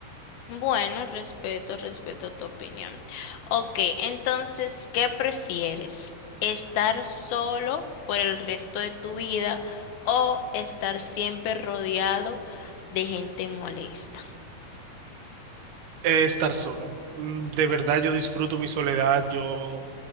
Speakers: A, on the left (about 75°); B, on the right (about 75°).
A: Bueno, respeto, respeto tu opinión. Ok, entonces, ¿qué prefieres? ¿Estar solo por el resto de tu vida o estar siempre rodeado de gente molesta?
B: Eh, estar solo. Mm, De verdad, yo disfruto mi soledad. Yo